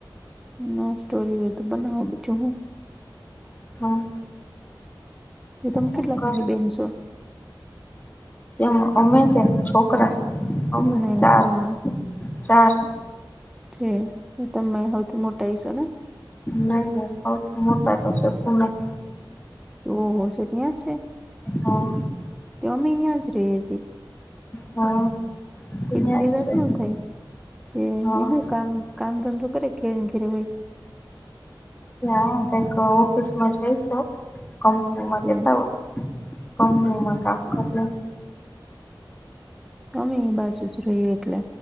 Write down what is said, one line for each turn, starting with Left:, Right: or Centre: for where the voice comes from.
Centre: ન સ્ટોરી હોય તો બનાવું બીજુ હું
Left: હા
Centre: એ તમે
Left: શું
Centre: કેટલા
Left: કર
Centre: ભાઈ બહેન છો
Left: કેમ અમે કે છોકરા હમ
Centre: નહી
Left: ચાર
Centre: તમે
Left: ચાર
Centre: જી તમે હૌથી મોટા હસો ને
Left: નહી નહી સૌથી મોટા તો શકું ના
Centre: ઓ હો છેક ન્યા છે
Left: હા
Centre: અમે અહીંયા જ રહિયે ભી
Left: હા ત્યાં
Centre: કોઈ વિધિગત
Left: જ છે
Centre: ના થાય કે
Left: હા
Centre: હુ કામ કામ ધંધો કરે કે ધરેનેઘરે હોય.
Left: એ કઈક ઓફિસમાં છે જાય છે કંપની એમાં
Centre: છે.
Left: કેટલા હોય કંપનીમાં કામ કરિયે
Centre: અમે એ બાજુ જ રહીએ એટલે